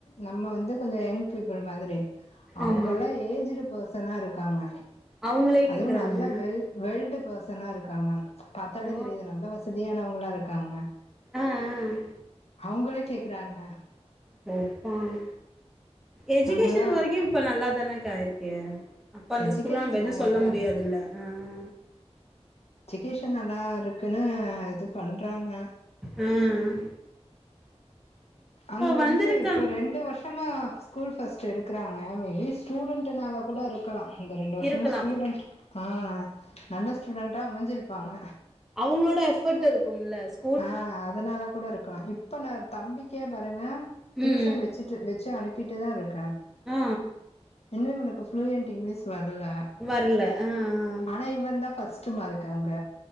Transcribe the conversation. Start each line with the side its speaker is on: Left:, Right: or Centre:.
Left: நம்ம வந்து கொஞ்சோ யங் பீப்புள் மாதிரி அவங்கல்லா
Centre: ஆமா
Left: ஏஜ்டு பார்சனாருக்காங்க
Centre: அவங்களே
Left: அதுவு
Centre: கேக்குறாங்க
Left: நல்ல வெல் வெல்டு பார்சனாருக்காங்க பாத்தாலே
Centre: ஓ
Left: தெரிது நல்லா வசதியானவ்ங்ளா இருக்காங்க
Centre: ஆ ஆ
Left: அவுங்களே கேக்குறாங்க
Centre: வெப்பாங் எஜுகேஷன்
Left: நம்மல்லா
Centre: வரைக்கு இப்ப நல்லாதானங்கா இருக்கே அப்ப அந்த
Left: எஜுகேஷன்
Centre: ஸ்கூல்ல நம்ப எதுவு
Left: நல்லாதா
Centre: சொல்ல முடியாதுல்ல
Left: இருக்கு
Centre: ஆ ஆ
Left: ஜுகேஷன் நல்லாருக்குனு இது பண்றாங்க
Centre: ம்
Left: அங்க
Centre: வந்திருக்க
Left: வந்து இப்ப ரெண்டு வர்ஷமா ஸ்கூல் ஃபர்ஸ்ட்டு எடுக்குறாங்க மேபி ஸ்டூடண்ட்டுனால கூட இருக்கலா இந்த ரெண்டு வருஷ்ஷமா
Centre: இருக்கலா
Left: ஸ்டூடண்ட் ஆ நல்ல ஸ்டூடண்ட்டா அமஞ்சிருப்பாங்க
Centre: அவுங்ளோட எஃபோர்ட் இருக்கும்ல ஸ்கூ
Left: ஆஹ அதனால கூடருக்கலா இப்ப நா தம்பிக்கே பாருங்க ட்யூஷன்
Centre: ம்
Left: வெச் சுட்டு வெச்சு அனுப்பிட்டுதாருக்கே
Centre: ஆ
Left: இன்னு இவனுக்கு ஃப்ளூயண்ட் இங்லீஸ் வரல
Centre: வரல ஆ ஆ
Left: ஆனா இவன் தா ஃபர்ஸ்ட்டு மார்க்கு அங்க